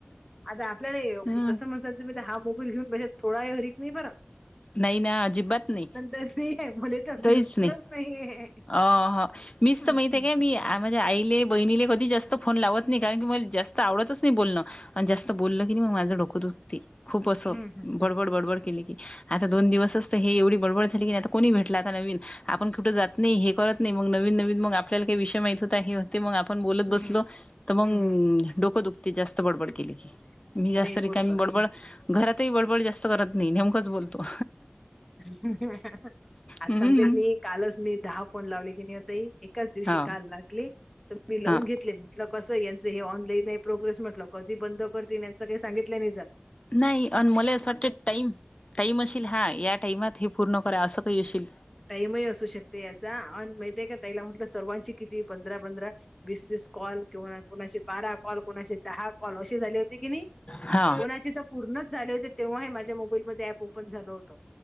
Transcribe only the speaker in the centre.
आता आपल्याला
तसं मज तुम्ही तर हा मोबाईल घेऊन बसेल थोडा <unintelligible> नाही बरा.
नाही आहे मुले तर
बिलकुलच
नाहीये.
हम्म
हम्म
हम्म
हम्म हम्म
नाही
बरोबर आहे.
आज
सांगते मी कालच मी दहा फोन लावले की नाही ओ ताई होता एकाच दिवशी
काल लागली तर मी
लवून घेतले म्हटलं कसच हे ऑनलाईन प्रोग्रेस म्हटलं कधी बंद करते त्यांच काही सांगितलं नाही जा
टाईमही असू शकते याचा आणि माहिती आहे का तीला म्हणटलं सर्वांची किती पंधरा पंधरा बी बीस कॉल किंवा कोणाचे बारा कॉल कोणचे दहा. कॉल अशी झाली होती की नाही
कोणाची पूर्णच झाले होते तेव्हा माझ्या मोबाईलमध्ये ऍप ओपन झालं होत